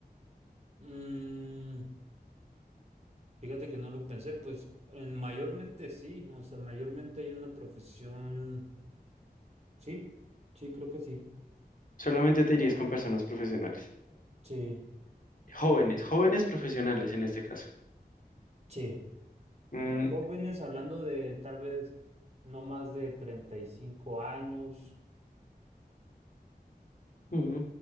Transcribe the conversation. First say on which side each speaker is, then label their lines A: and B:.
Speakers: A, on the right; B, on the left.
A: Mm, fíjate que no lo pensé, pues en mayormente sí, o sea, mayormente hay una profesión, sí, sí, creo que sí,
B: Solamente te irías con personas profesionales.
A: sí,
B: Jóvenes, jóvenes profesionales en este caso.
A: sí.
B: Mm,
A: Jóvenes, hablando de tal vez no más de 35 años,
B: Mm.